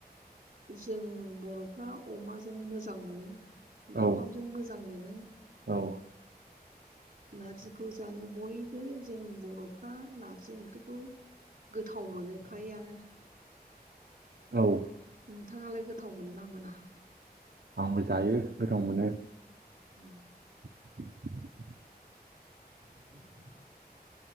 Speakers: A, on the right; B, on the right.
A: जों बर'फ्रा अमाजों मोजां मोनो नाफामजों
B: औ
A: मोजां मोनो
B: औ
A: नारजिखौ जानो बयबो जों बर'फ्रा नारजि ओंख्रिखौ गोथाव मोनो फ्रायानो
B: औ
A: नोंथाङालाय गोथाव मोनो ना मोना
B: आंबो जायो गोथाव मोनो
A: उम
B: <unintelligible>
A: <unintelligible>